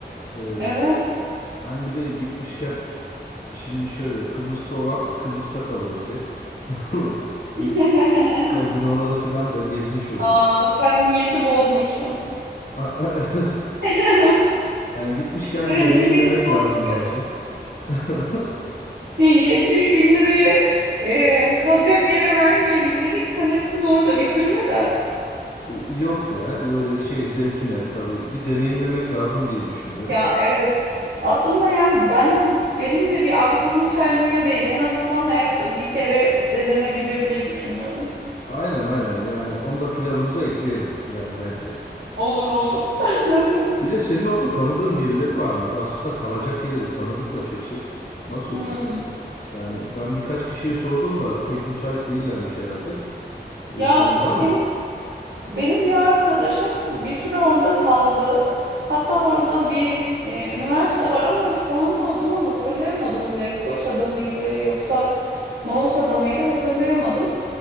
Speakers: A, on the left; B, on the right.
A: Ee,
B: Evet.
A: hem bir de gitmişken şimdi şöyle Kıbrıs'ta olan Kıbrıs'ta kalır Ece. <laughs> Tamam mı? Bir
B: <laughs>
A: kazinoları filan da gezmiş oluruz.
B: Aa, sen niyeti bozmuşsun.
A: <laughs>
B: <laughs>
A: Yani gitmişken
B: E,
A: bir deneyimlemek
B: niyetim bozuk.
A: lazım bence. <laughs>
B: E, 70 bin lirayı e, kalacak yere vermeyelim dedik. Sen hepsini orada bitirme de.
A: Yok ya böyle şey zevkine tabii bir deneyimlemek lazım diye düşünüyorum.
B: Ya evet. Aslında yani ben benim de bir aklımı çelmiyor değil. En azından hayatta bir kere denenebilir diye düşünüyorum.
A: Aynen aynen yani onu da planımıza ekleyelim yani bence.
B: Olur olur. <laughs>
A: Bir de senin orada tanıdığın birileri var mıydı? Aslında kalacak yeri bir tanıdıkla çözsek nasıl
B: Hmm.
A: olur sence? Yani ben birkaç kişiye sordum da pek müsait değillermiş herhalde. Ee,
B: Ya
A: senin
B: aslında
A: var mıydı?
B: benim Benim bir arkadaşım bir süre orada kaldı. Hatta orada bir e, üniversite var ama şu anda adını hatırlayamadım. Lefkoşa'da mıydı yoksa Mausa'da mıydı hatırlayamadım.